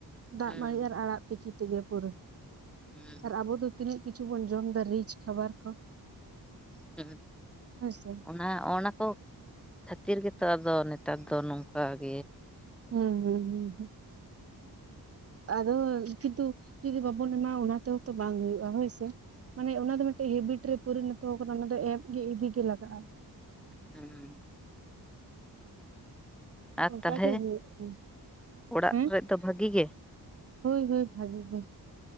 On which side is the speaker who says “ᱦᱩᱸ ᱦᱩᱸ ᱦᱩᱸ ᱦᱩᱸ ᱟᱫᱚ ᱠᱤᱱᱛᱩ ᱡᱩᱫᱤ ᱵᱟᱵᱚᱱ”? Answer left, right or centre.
Right